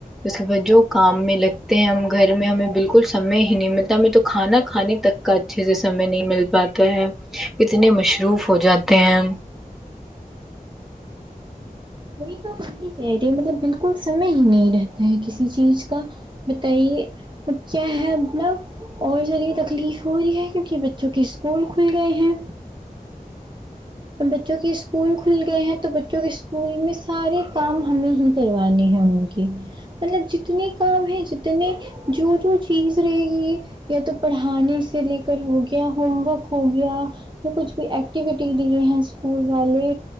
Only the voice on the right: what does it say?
وہی تو ہم بھی کہہ رہی مطلب بالکل سمے ہی نہیں رہتا ہے کسی چیز کا بتائیے اب کیا ہے اپنا اور چلیے تکلیف ہو رہی ہے کیونکہ بچوں کے اسکول کھل گئے ہیں اب بچوں کے اسکول کھل گئے ہیں تو بچوں کے اسکول میں سارے کام ہمیں ہی کروانی ہے ان کی مطلب جتنے کام ہے جتنے جو جو چیز رہے گی یا تو پڑھانے سے لے کر ہو گیا ہوم ورک ہو گیا یا کچھ بھی ایکٹیویٹی لیے ہیں اسکول والے